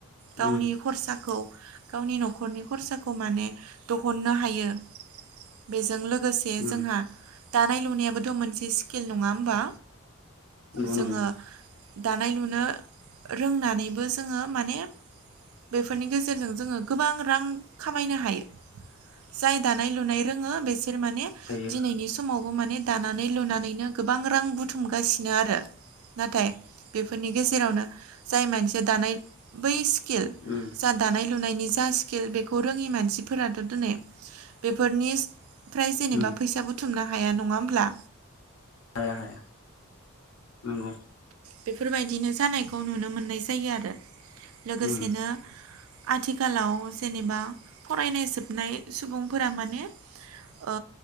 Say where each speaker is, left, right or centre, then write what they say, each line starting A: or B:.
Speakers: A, on the right; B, on the left.
A: गावनि
B: उम
A: खरसाखौ गावनि न'खरनि खरसाखौ माने दहननो हायो बेजों लोगोसे
B: उम
A: जोंहा दानाय लुनायाबोथ' मोनसे स्किल नङा होमबा
B: नंगौ
A: जोङो
B: नंगौ
A: दानाय लुनो रोंनानैबो जोङो माने। बेफोरनि गेजेरजों जोङो गोबां रां खामायनो हायो। जाय दानाय लुनाय रोङो बेसोर माने
B: हायो
A: दिनैनि समावबो माने दानानै लुनानैनो गोबां रां बुथुमगासिनो आरो। नाथाय बेफोरनि गेजेरावनो जाय मानसिया दानाय बै। स्किल
B: उम
A: जा दानाय लुनायनि जा स्किल बेखौ रोङि मानसि फोराथ' दोनै बेफोरनिफ्राय जेनेबा
B: उम
A: फैसा बुथु थुमनो हाया नङा होमब्ला।
B: हाया हाया नंगौ।
A: बेफोरबायदिनो जानायखौ नुनो मोननाय जायो आरो लोगोसेनो।
B: उम
A: आथिखालाव जेनेबा फरायनाय जोबनाय सुबुंफोरा माने। ओ‌